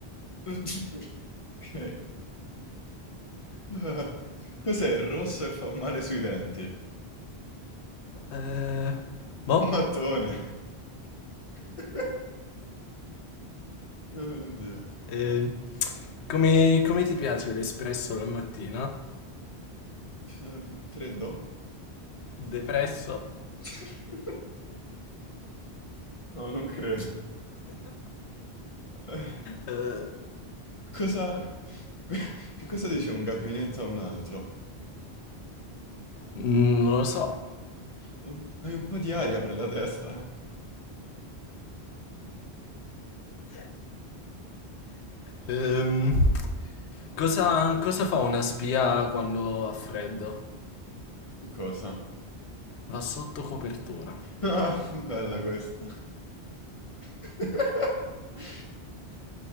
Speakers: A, on the left; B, on the left.
A: <laughs> Okay. Ah, cos'è il rosso e fa male sui denti? Un
B: Eh, boh.
A: mattone. <laughs> Oddio.
B: Eh, come, come ti piace l'espresso la mattina?
A: Eh, c- Tre do?
B: Depresso?
A: <laughs> No, non credo. Eh,
B: Eh,
A: Cosa... <laughs> Che cosa dice un gabinetto a un altro?
B: mm, non lo so.
A: Ho un- Hai un po' di aria per la testa.
B: Ehm, cosa, cosa fa una spia quando ha freddo?
A: Cosa? <laughs>
B: Va sotto copertura.
A: Ah, bella questa. <laughs>